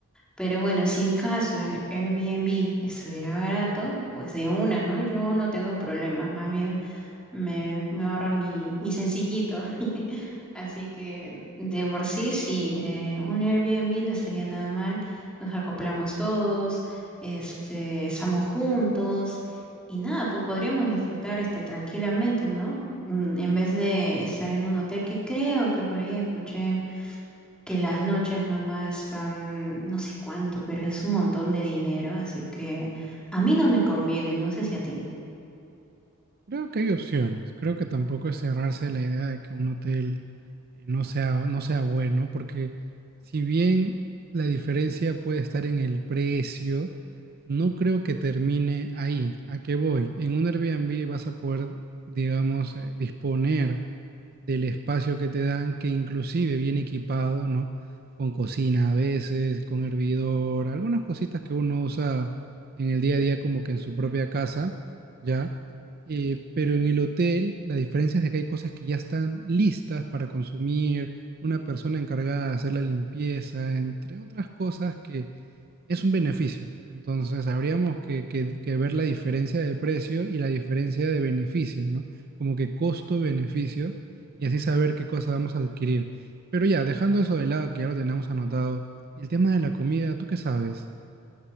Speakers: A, in the centre; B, on the right (about 45°).
A: Pero bueno, si en caso el Airbnb estuviera barato, pues de una, ¿no? Yo no tengo problemas, más bien me, me ahorran mi, mi sencillito. <laughs> Así que de por sí, sí, eh, un Airbnb no estaría nada mal. Nos acoplamos todos, este, estamos juntos y nada, pues podríamos disfrutar este tranquilamente, ¿no? Mm, En vez de estar en un hotel que creo que por ahí escuché que las noches nomás están, no sé cuánto, pero es un montón de dinero, así que a mí no me conviene, no sé si a ti.
B: Creo que hay opciones. Creo que tampoco es cerrarse la idea de que un hotel eh, no sea, no sea bueno, porque si bien la diferencia puede estar en el precio, no creo que termine ahí. ¿A qué voy? En un Airbnb vas a poder, digamos, eh, disponer del espacio que te dan, que inclusive viene equipado, ¿no? Con cocina a veces, con hervidor, algunas cositas que uno usa en el día a día como que en su propia casa, ¿ya? Eh, pero en el hotel la diferencia es de que hay cosas que ya están listas para consumir, una persona encargada de hacer la limpieza, entre otras cosas que es un beneficio. Entonces, habríamos que, que- que ver la diferencia de precio y la diferencia de beneficio, ¿no? Como que costo-beneficio y así saber qué cosa vamos a adquirir. Pero ya, dejando eso de lado, que ya lo tenemos anotado, el tema de la comida, ¿tú qué sabes?